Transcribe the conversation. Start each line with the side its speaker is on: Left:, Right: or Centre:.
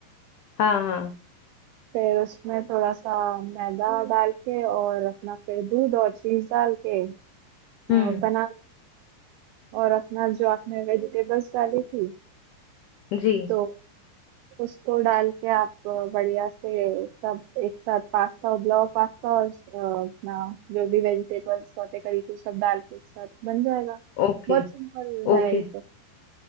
Left: हाँ हाँ
Right: फिर उसमें थोड़ा सा मैदा डाल के और अपना फिर दूध और चीज डाल के अ,
Left: हम्म
Right: बना और अपना जो आपने वेजिटेबल्स डाली थी
Left: जी
Right: तो उसको डाल के आप अ, बढ़िया से सब एक साथ पास्ता उबला पास्ता और अ, अपना जो भी वेजिटेबल्स सॉटे करी थी सब डाल के एक साथ बन जाएगा
Left: ओके
Right: बहुत सिंपल है
Left: ओके
Right: ये तो